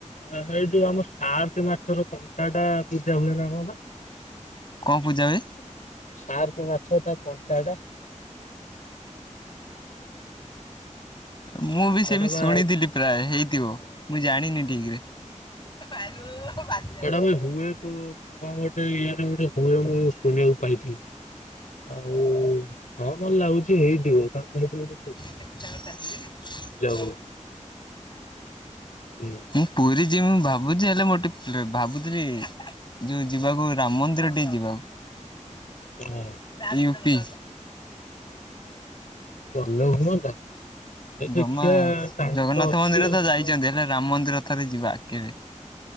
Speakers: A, on the left; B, on the left.
A: ଏଇ ଯୋଉ ଆମ ସାର୍କ ମାଛର କଣ୍ଟା ଟା ପୂଜା ହୁଏ ନା କଣ ବା?
B: କଣ ପୂଜା ହୁଏ?
A: ସାର୍ ମାଛ ତା କଣ୍ଟା ଟା।
B: ମୁଁ ବି ସେମିତି
A: ଏଟା ବା
B: ଶୁଣିଥିଲି ପ୍ରାୟେ ହେଇଥିବ ମୁଁ ଜାଣିନି ଠିକ୍ ରେ। ଉ ହୁଁ <unintelligible>
A: ସେଟା ବି ହୁଏ କଣ ଗୋଟେ ଇଏରେ ଗୋଟେ ହୁଏ ମୁଁ ଶୁଣିବାକୁ ପାଇଥିଲି। ଆଉ ହଁ ଭଲ ଲାଗୁଛି ହେଇଥିବ କାରଣ ହେଇଥିବ।
B: <unintelligible> ହଁ ଆଜ୍ଞା
A: ହୁଏ। ହୁଁ
B: ମୁଁ ପୁରୀ ଯିମି ମୁଁ ଭାବୁଛି ହେଲେ ମୋର ଟିକେ ଭାବୁଥିଲି। ଯୋଉ ଯିବାକୁ ରାମ ମନ୍ଦିର ଟିକେ ଯିବାକୁ।
A: ହଁ।
B: ୟୁପି।
A: ଗଲେ ହୁଅନ୍ତା। ଏ
B: ଜମା
A: ଦେଖିବା ଟାଇମ
B: ଜଗନ୍ନାଥ
A: ତ ଅଛି
B: ମନ୍ଦିର
A: ଆଉ
B: ତ
A: ଯିବାକୁ।
B: ଯାଇଛନ୍ତି
A: ହଁ
B: ହେଲେ ରାମ ମନ୍ଦିର ଥରେ ଯିବା କେବେ।